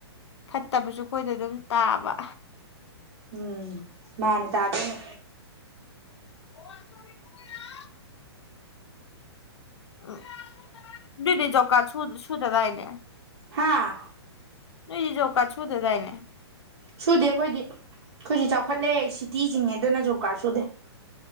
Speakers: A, on the left; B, on the right.
A: ꯐꯠꯇꯕꯁꯨ ꯑꯩꯈꯣꯏꯗ ꯑꯗꯨꯝ ꯇꯥꯕ
B: ꯎꯝ ꯃꯥꯅꯦ ꯇꯥ ꯑꯗꯨꯅꯦ
A: ꯑꯣ ꯎ ꯃꯤꯗꯤꯅꯤ ꯆꯧꯀꯥ ꯁ ꯁꯨꯗꯗꯥꯏꯅꯦ
B: ꯍꯥꯥ
A: ꯅ ꯏꯖꯧꯀꯥꯗ ꯁꯨꯗꯗꯥꯥꯏꯅꯦ
B: ꯁꯨꯗꯦ ꯑꯩꯈꯣꯏꯗꯤ ꯑꯩꯈꯣꯏꯗꯤ ꯆꯥꯎꯈꯠꯂꯦ ꯁꯤꯇꯤ ꯆꯤꯡꯉꯦ ꯑꯗꯨꯅ ꯖꯣ ꯀꯥꯔ ꯁꯨꯗꯦ